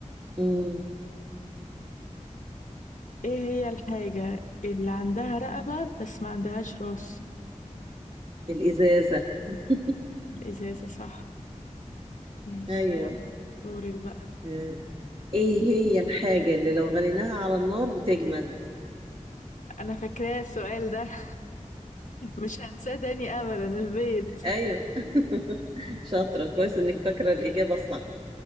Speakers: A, on the right (about 40°); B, on the left (about 80°).
A: مم.
B: إيه هي الحاجة اللي عندها رقبة بس ما عندهاش راس
A: الإزازة <laughs>
B: الإزازة صح ماشي
A: ايوه
B: يلا دورك بقى
A: آه، ايه هي الحاجة اللي لو غليناها على النار بتجمد
B: انا فاكراه السؤال ده <laughs> مش هنساه تاني ابدا البيض
A: ايوه <laughs> شاطرة كويس انك فاكرة الإجابة الصح